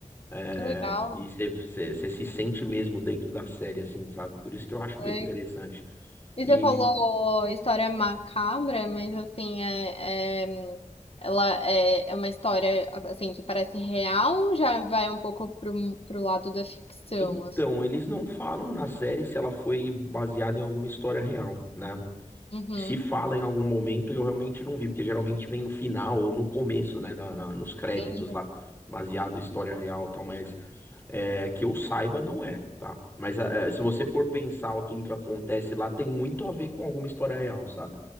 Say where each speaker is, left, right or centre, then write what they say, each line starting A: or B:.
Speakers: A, on the left; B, on the left.
A: É,
B: que legal.
A: E você, você, você se sente mesmo dentro da série, assim, sabe? Por isso que eu acho
B: É.
A: bem interessante.
B: E
A: E
B: você falou história macabra, mas assim, é, é- ela é, é uma história assim que parece real ou já vai um pouco pro, pro lado da ficção,
A: então,
B: assim?
A: eles não falam na série se ela foi baseada em alguma história real, né?
B: Uhum.
A: Se fala em algum momento, eu realmente não vi, porque geralmente vem no final ou no começo, né? na- na- nos créditos
B: Entendi.
A: lá, baseado em história real e tal, mas. É, que eu saiba, não é, tá? Mas é, se você for pensar ó, tudo que acontece lá, tem muito a ver com alguma história real, sabe?